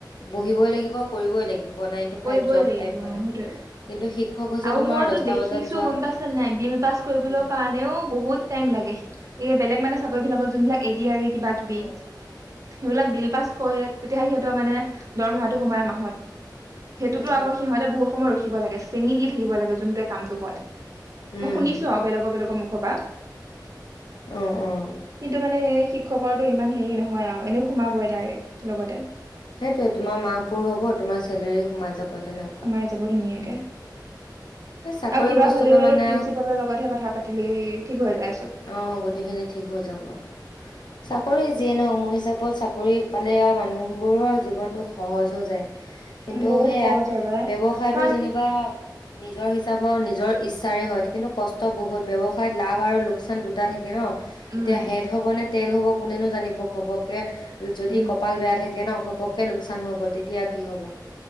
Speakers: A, on the left; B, on the right.
A: বহিবই লাগিব কৰিবই লাগিব। নাইন টো
B: কৰিবই
A: ফাইভ জব
B: লাগিব
A: তাইপ
B: অ
A: মানে
B: সেইটোয়ে
A: কিন্তু। শিক্ষক হৈছে
B: আৰু
A: তোমাৰ
B: মইতো
A: দহটা
B: দেখিছো
A: বজাত যোৱা,
B: গম পাইছে নাই বিল পাছ কৰিবলৈ
A: উম।
B: কাৰণেও বহুত টাইম লাগে এ বেলেগ মানে। চাকৰি বিলাকৰ যোনবিলাক এ ডি আৰ ই। কিবা কিবি।
A: অ',
B: সেইবিলাক বিল পাছ কৰে তেতিয়াহে সিহঁতৰ মানে দৰমহাটো সোমায় মাহত। সেইটোতো
A: সেইটোৱে
B: আকৌ সিহঁতে বহুত সময় ৰখি। শিকিব লাগে। চেনি দি থাকিব লাগে যোনটোৱে কামটো কৰে
A: উম,
B: মই শুনিছো আৰু বেলেগৰ বেলেগৰ মুখ। হবা
A: অ', অ'।
B: কিন্তু মানে সে। শিক্ষকৰটো ইমান হেৰি নহয় আৰু এনেও সোমাবই ডাইৰেক্ট লগতে।
A: সেইটোৱে তোমাৰ মাহপুৰ হব তোমাৰ চেলাৰী সোমাই যাব। তেনেকুৱা।
B: সোমাই যাব ধুনীয়াক। এহ
A: এই চাকৰি
B: আৰু কিবা
A: বস্তুটো
B: হলেও এনো
A: মানে
B: প্ৰিন্ঞ্চিপালৰ লগতহে কথা পাতিলেই। ঠিক হৈ যায় চব
A: অ গোটেইখিনি ঠিক হৈ যাব। চাকৰি যিয়ে নহওক মোৰ হিচাপত চাকৰি পালে আৰু মানুহবোৰৰ জীৱনতো সহজ হৈ যায়। কিন্তু
B: উম, বহুত
A: সেয়াই
B: সহজ হৈ যায়
A: ব্যৱসায়টো
B: কাৰণ
A: যেনিবা। নিজৰ হিচাপে নিজৰ ইচ্ছাৰে হয় কিন্তু কষ্ট বহুত ব্যৱসায়ত লাভ আৰু লোক। লোকচান দুটা থাকে। তাকে ন
B: উম
A: এতিয়া হেড হব নে। তেল হ'ব কোনেনো জানিব ঘপকে। যদি
B: উম
A: কপাল বেয়া থাকে। কেনেক ঘপক। কে লোকচান হৈ গ'ল তেতিয়া। কি হ'ব।